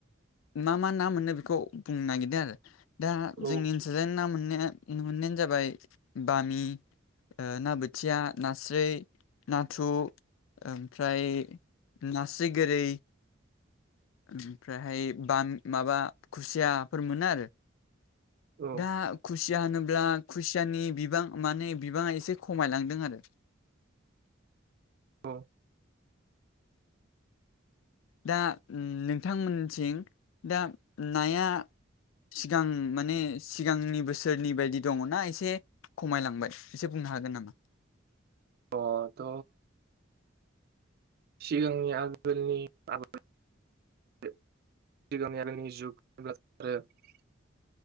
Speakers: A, on the left; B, on the right.
A: मा मा ना मोनो बेखौ बुंनो नागिरदों आरो दा
B: औ
A: जोंनि ओनसोल ना मोननाय नुनो मोननायानो जाबाय बामि ना बोथि खोथिया नास्राय नाथुर ओमफ्राय नास गोरै ओमफ्रायहाय ब माबा खुसियाफोर मोनो आरो
B: औ
A: दा खुसिया होनोब्ला खुसियानि बिबां माने बिबाङा एसे खमायलांदों आरो
B: औ
A: दा नोंथांमोनथिं दा नाया सिगां माने सिगांनि बोसोरनि बायदि दङनाा एसे खमायलांबाय एसे बुंनो हागोन नामा
B: अथ' सिगांनि आगोलनि आद <unintelligible> आरो <unintelligible>